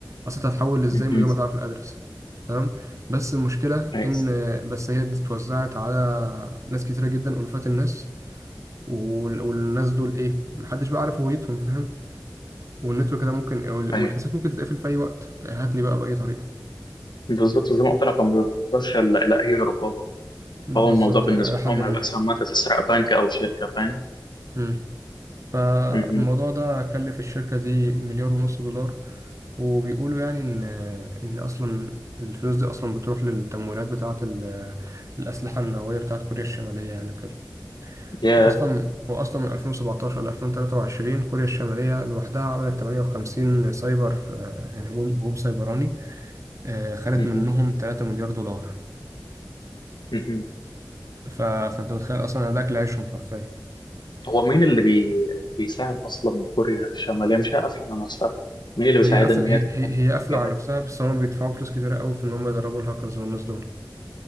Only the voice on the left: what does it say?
مهم.
كويس
أيوه
بالظبط زي ما قلت لك هو ما بيقدرش إلا إلا أي رقابة
فهو الموضوع بالنسبة
لهم
هيبقى أحسن ما أنت تسرق بنك أو شركة فاهم؟
مهم.
ياه
مهم.
مهم.
هو مين اللي بي... بيساعد أصلا كوريا الشمالية مش هي قافلة على نفسها مين اللي بيساعدها
إن هي
تعمل
الجمال
دي؟